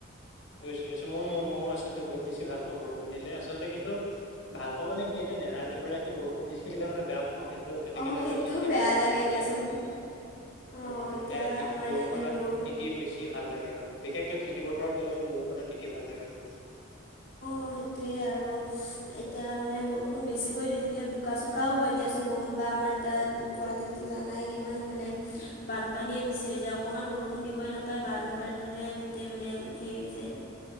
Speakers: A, on the left; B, on the left.
A: বুজিছো বুজিছো ম-ম-মইও আচলতে বহুত বেছি ভাল পাওঁ বৰষুণ দিলে আচলতে কিন্তু ভাল পাওঁ মানে কি ইতিয়া নেৰা নেপেৰাকে বৰষুণ দিছিলে মানে বেয়া পাওঁ গে। ত তেনেকে
B: অঁ
A: ধৰি
B: সেইটোও
A: লও কিন কিন
B: বেয়া
A: বৰষুণ
B: লাগে
A: দি থাকিলে
B: দিয়াচোন
A: ভাল পাওঁ।
B: অঁ
A: অ এতিয়া তি
B: আমাৰ
A: বৰষুণত
B: ইয়াতে বৰষুণ
A: তি তি বেছ ভাল লাগে আৰু। বিশেষকে খেতিপথাৰত গ'লে মানে বৰষুণে তিতি ভাল লাগে আৰু। <inaudible>
B: অ সেইটোৱেই আৰু এতিয়া মানে বৰষুণ বেছিকৈ দি থাকিলে বোকা-চোকাও হয় দিয়াচোন বহুত বা আমাৰ ইটা গুৱাহাটীততো জানাই কিমান মানে বানপানীয়েই বেছি হৈ যায়, অকণমান বৰষুণ দিবই নাপায় পায়। বানপানীৰে গোটেই মানে সেই হৈ যায়।